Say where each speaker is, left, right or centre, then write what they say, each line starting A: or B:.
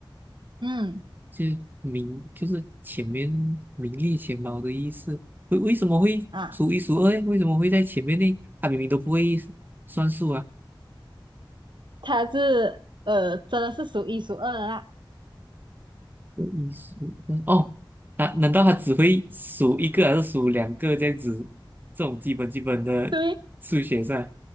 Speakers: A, on the right; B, on the right.
A: 嗯
B: 就是名就是前面名列前茅的意思。为为什么会数一数二诶？
A: 啊。
B: 为什么会在前面呢？他明明都不会算数啊。
A: 他是呃，真的是数一数二的啦。
B: 这一数二哦，难、难道他只会数一个还是数两个这样子？这种基本基本的数学上，
A: 对